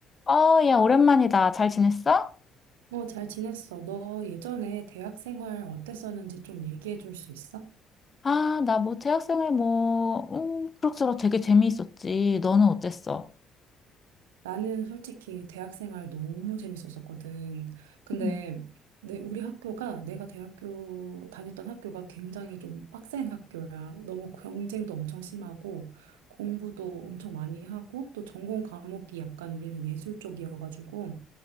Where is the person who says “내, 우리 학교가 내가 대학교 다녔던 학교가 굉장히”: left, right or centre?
Right